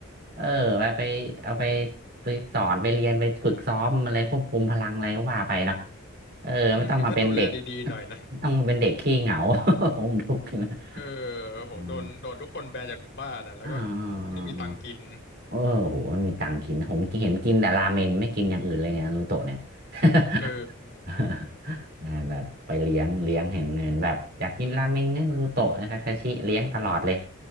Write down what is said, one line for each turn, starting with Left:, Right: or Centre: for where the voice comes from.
Right: เออไปไปเอาไปไปสอนไปเรียนไปฝึกซ้อมอะไรควบคุมพลังอะไรก็ว่าไปเนาะเออไม่ต้องมาเป็นเด็ก
Left: อืมถ้าดูแลดีๆหน่อยนะ
Right: <laughs> ไม่ต้องมาเป็นเด็กขี้เหงา <laughs> ผมทุกข์อยู่นะ
Left: เออโหโดนโดนทุกคนแบนจากหมู่บ้านนะแล้วก็
Right: อืมอ่า
Left: ไม่มีตังค์กิน
Right: เอาอโอ้โหมันมีตังค์กินนะผมเห็นกินแต่ราเมนไม่กินอย่างอื่นเลยเนี่ยนารูโตะเนี่ย <laughs>
Left: เออ
Right: <laughs> นะแบบไปเลี้ยงเลี้ยงเห็นเห็นแบบอยากกินราเมงงั้นรูโตะนะคาคาชิเลี้ยงตลอดเลย